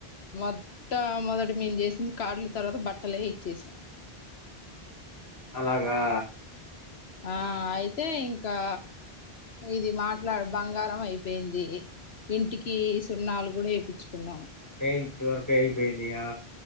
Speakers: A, on the left; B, on the left.
A: మొట్ట మొదటి మేము చేసింది కార్డ్లు తర్వాత బట్టలే ఇచ్చేసినాం.
B: అలాగా
A: ఆ అయితే ఇంకా ఇది మాట్లా బంగారం అయిపోయింది. ఇంటికి సున్నాలు కూడా ఏప్పిచ్చుకున్నాం.
B: పెయింట్ వర్క్ అయిపోయింది ఇగా